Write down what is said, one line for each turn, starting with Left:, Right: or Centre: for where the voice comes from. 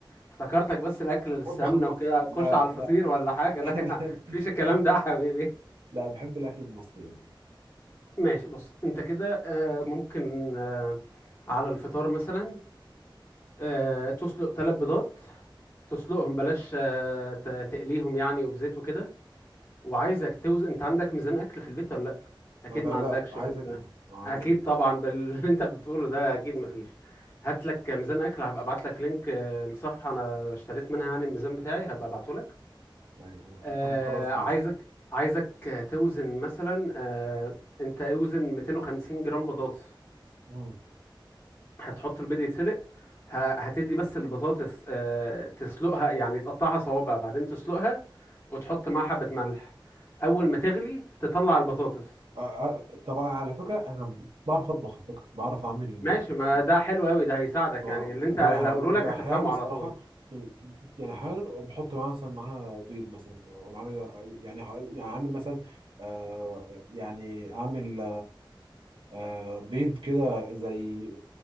Left: افتكرتك بس الاكل السمنة
Right: المطبخ المصري
Left: وكده
Right: يعني
Left: هتخش
Right: لا
Left: على الفطير
Right: لا
Left: ولا حاجة
Right: لا
Left: لا
Right: لا,
Left: <laughs> مفيش الكلام
Right: لا,
Left: ده يا حبيبي
Right: <laughs> لا بحب الاكل المصري يعني
Left: ماشي بص انت كده آه ممكن آه على الفطار مثلا آه تسلق ثلاث بيضات تسلقهم بلاش آه ت- تقليهم يعني وبزيت وكده وعايزك توزن انت عندك ميزان اكل في البيت ولا لا اكيد
Right: آه
Left: ما
Right: لا
Left: عندكش
Right: عايز
Left: ولا
Right: اجيبه آه عايز
Left: اكيد
Right: اجيبه
Left: طبعا باللي <laughs> انت بتقوله ده اكيد ما فيش هات لك ميزان اكل هبقى ابعت لك لينك آه، لصفحه انا اشتريت منها يعني الميزان بتاعي هبقى ابعته لك
Right: ايوه
Left: آه
Right: طب خلاص
Left: عايزك
Right: ماشي
Left: عايزك توزن مثلا آه انت اوزن 250 جرام بطاطس
Right: مم.
Left: هتحط البيض يتسلق ه- هتدي بس البطاطس آه تسلقها يعني تقطعها صوابع بعدين تسلقها وتحط معاها حبة ملح اول ما تغلي تطلع البطاطس
Right: آه آه، طبعا على فكره انا بعرف اطبخ على فكره بعرف اعمل
Left: ماشي
Right: <laughs>
Left: ما ده حلو قوي ده هيساعدك
Right: اه
Left: يعني اللي
Right: وه-
Left: انت اللي هقوله لك
Right: واحيانا
Left: هتفهمه
Right: الصراحه
Left: على طول
Right: يعني احيانا بحط معاها مثلا معاها بيض مثلا وبعمل يعني ه- يعني عامل مثلا آه يعني اعمل آه بيض كده زي